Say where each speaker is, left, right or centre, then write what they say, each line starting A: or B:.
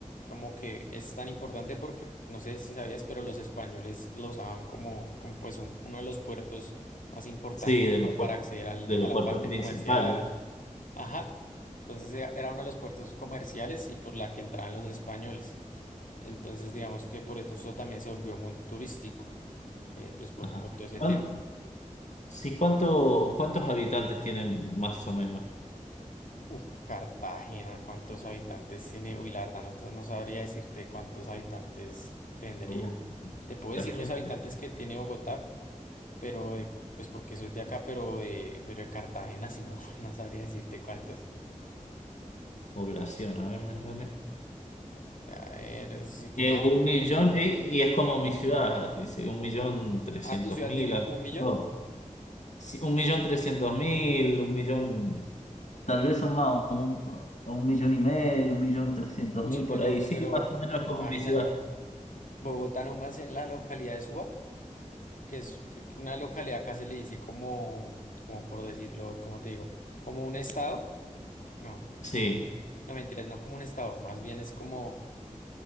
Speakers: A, on the left (about 80°); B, on the left (about 60°).
A: como que es tan importante porque no sé si sabías, pero los españoles lo usaban como, como pues un- uno de los puertos más importantes
B: sí, de
A: como
B: los puertos,
A: para acceder al,
B: de los
A: a la
B: puertos
A: parte
B: principales.
A: comercial. Ajá, entonces era era uno de los puertos comerciales y por la que entraban los españoles. Entonces, digamos que por eso también se volvió muy turístico, eh, pues por,
B: Ajá.
A: por todo ese
B: ¿Cuán-
A: tema.
B: sí, cuánto, cuántos habitantes tienen más o menos?
A: Uf, Cartagena, ¿cuántos habitantes tiene? Uy, la verdad, no, sa- no sabría decirte cuántos habitantes tendría.
B: Uh.
A: Te puedo decir
B: Cartagena,
A: los habitantes que tiene Bogotá, pero eh, pues porque soy de acá, pero de, pero de Cartagena, si no, <laughs> no sabría decirte cuántos.
B: población, a ver, me sale.
A: A ver, si tiene...
B: Que un
A: a-
B: millón, eh, y es como mi ciudad, que dice un millón trescientos
A: Ah, tu ciudad
B: mil,
A: tiene
B: alrededor.
A: como un millón.
B: Sí, un millón trescientos mil, un millón, tal vez son más, un, un millón y medio, un millón trescientos
A: Uy,
B: mil, por
A: pero,
B: ahí, sí,
A: pero
B: más o menos como
A: imagínate,
B: mi ciudad.
A: Bogotá nomás en la localidad de Suba. que es una localidad, acá se le dice como, como por decirlo, como te digo, como un estado. No,
B: Sí,
A: no mentiras, no como un estado, más bien es como,